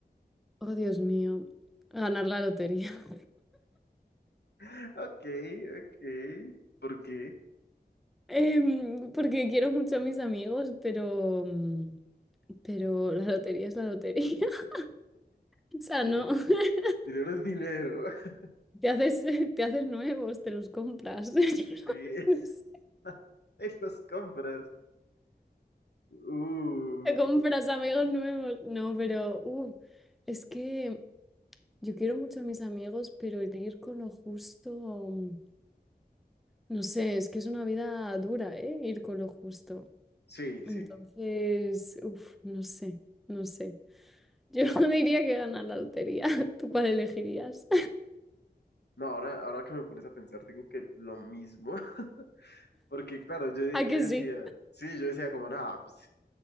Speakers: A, in the centre; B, on the left.
A: Oh, Dios mío, ganar la lotería.
B: <laughs> Ok, ok. ¿Por qué?
A: Em, porque quiero mucho a mis amigos, pero, mm, pero la lotería es la lotería. <laughs> O sea,
B: Din-
A: no, <laughs>
B: dinero es dinero. <laughs>
A: te haces, te haces nuevos, te los compras. <laughs>
B: Sí.
A: No sé,
B: <laughs> En las compras. Uh.
A: Te compras amigos nuevos. No, pero uh, es que yo quiero mucho a mis amigos, pero el ir con lo justo, mm, no sé, es que es una vida dura, ¿eh? Ir con lo justo.
B: Sí,
A: Entonces,
B: sí.
A: uff, no sé, no sé. Yo <laughs> diría que ganar la lotería. <laughs> ¿Tú cuál elegirías?
B: No, ahora, ahora que me pones a pensar, digo que lo mismo. <laughs> Porque claro, yo,
A: ¿A
B: yo
A: que
B: decía,
A: sí?
B: sí, yo decía como, nada, pues